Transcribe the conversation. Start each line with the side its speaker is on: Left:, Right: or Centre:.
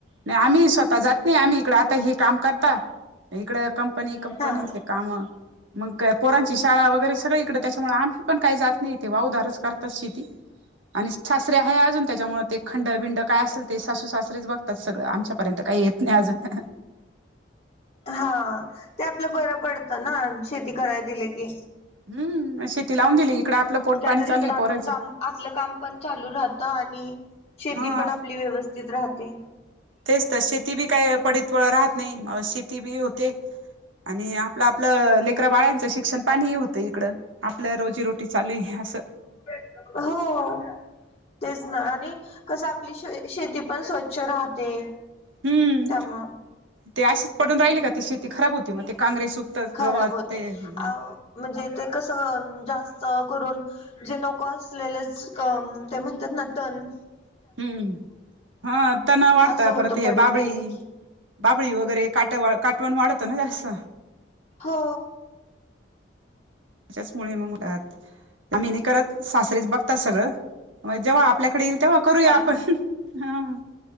Right: नई आम्हीही स्वतः जात नई आम्ही इकडें आता हे काम करता. इकडं कंपनी-कंपनीतले
Left: हा
Right: कामं मग पोरांची शाळा वगैरे सगळे इकडं त्याच्यामुळे आम्ही पण काई जात नई ते वाऊदारच करतात शेती अणी् सासरे हाय अजून त्याच्यामुळं ते खंड बिंड काय असे- सासू सासरेच बघतात सगळं आमच्यापर्यंत काई येत नई अजून ह-ह
Left: हा ते आपलं बरं पडतं न शेती कराय दिलं की.
Right: हम्म शेती लावून दिली इकडं आपलं पोट
Left: त्यातरी
Right: पाणी चालू
Left: इकडं
Right: आहे
Left: आपण
Right: पोरायचे
Left: काम आपलं काम पण चालू राहतं आणि शेती
Right: हा
Left: पण आपली व्यवस्थित राहते.
Right: तेच त शेती बी काय पडीत राहत नई म शेती बी होते. आणि आपलं आपलं ले -करा बाळ्यांचं शिक्षण पाणीही होतं इकडं आपलं रोजी रोटी चालूय असं.
Left: हो.. तेच न आणि कसं आपली श-शेती पण स्वच्छ राहते.
Right: हम्म
Left: त्यामुळ
Right: ते अशीच पडून रायली का ती शेती खराब हो ते म काांग्रेस उगतं
Left: खराब
Right: गवत
Left: होते
Right: ते-
Left: अ म्हणजे ते कसं जास्त करून. जे नको असलेलंच ते म्हणतात ना तन
Right: हम्म हा ताणा वाढता
Left: असं होतं
Right: परत हे
Left: पडीक
Right: बाबळी.
Left: राहिलं की
Right: बाबळी वगैरे काटे- काटवण वाढतं ना जास्त.
Left: हो.
Right: त्याच्याचमुळे मगात आ्ही नाही करत सासरेच बघतात सगळं म जेव्हा आपल्याकडील. तेव्हा करूया
Left: हा
Right: आपण
Left: ना
Right: हा.